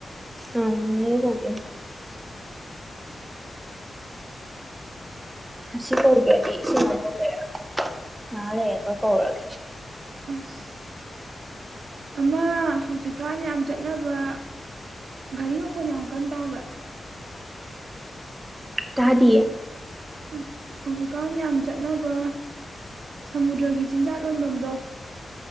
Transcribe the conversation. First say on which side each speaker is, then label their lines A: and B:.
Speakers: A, on the right; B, on the right.
A: ꯑ ꯅꯦꯅꯦ ꯀꯧꯗꯣꯏꯅꯦ ꯑꯁꯤ ꯀꯧꯗ꯭ꯔꯗꯤ ꯏꯁꯤꯡ ꯑꯃꯕꯧ ꯂꯩꯔꯔꯣꯏ ꯉꯍꯥ ꯂꯩꯔꯒ ꯀꯧꯔꯒꯦ
B: ꯑꯁ ꯑꯃ ꯍꯧꯖꯤꯛꯀꯥꯟ ꯌꯥꯝ ꯆꯠꯅꯕ ꯒꯥꯔꯤ ꯃꯈꯣꯟ ꯌꯥꯝ ꯀꯟ ꯇꯥꯕ꯭ꯔꯥ
A: ꯇꯥꯗꯤꯌꯦ
B: ꯎꯝ ꯍꯧꯖꯤꯛꯀꯥꯟ ꯌꯥꯝ ꯆꯠꯅꯕ ꯁꯃꯨꯗ꯭ꯔꯒꯤ ꯆꯤꯟꯖꯥꯛ ꯌꫭꯟꯕꯝꯗꯣ